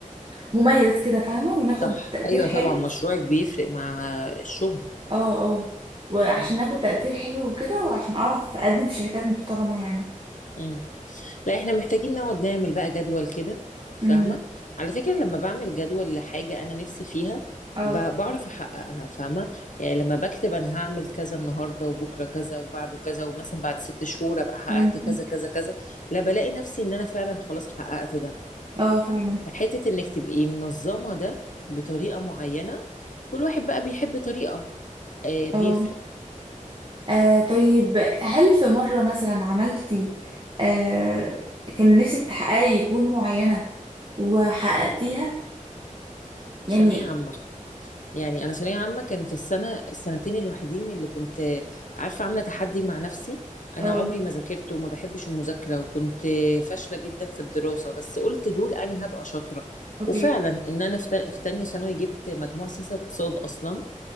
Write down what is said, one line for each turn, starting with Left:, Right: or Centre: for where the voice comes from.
Right: مميز كده فاهمة وناخد
Left: صح،
Right: تقدير
Left: أيوه
Right: حلو
Left: طبعًا مشروعِك بيفرق مع الشغل،
Right: اه اه وعشان
Left: إمم،
Right: اخد تقدير حلو وكده وعشان اعرف اقدم في شركات محترمة يعني
Left: إمم، لأ إحنا محتاجين نقعد نعمل بقى جدول كده، فاهمة،
Right: امم
Left: على فكرة لمّا باعمل جدول لحاجة أنا نِفْسي فيها
Right: اه
Left: ب باعرف أحققها، فاهمة، يعني لمّا باكتب أنا هاعمل كذا النهارده وبُكرة كذا وبعده كذا ومثلًا بعد 6 شهور أبقى حققت
Right: امم
Left: كذا، كذا، كذا، لأ بالاقي نَفْسي إن أنا فعلًا خلاص حققت ده.
Right: اه فعلا
Left: حتة انك تبقي منظمة ده بطريقة معينة كل واحد بقى بيحب طريقة آه بيفرق
Right: اه آه، طيب هل في مرة مثلا عملتي آه كان نفسك تحققي جول معينة وحققتيها يعني
Left: في ثانوية عامة يعني انا ثانوية عامة كانت السنة السنتين الوحيدين اللي كنت آه، عارفة عاملة تحدي مع نفسي انا
Right: اه
Left: عمري ما ذاكرت وما بحبش المذاكرة وكنت آه، فاشلة جدا في الدراسة بس قلت دول انا هبقى شاطرة
Right: اوكي
Left: وفعلا ان انا في تا- في تانية ثانوي جبت مجموع سياسة واقتصاد اصلا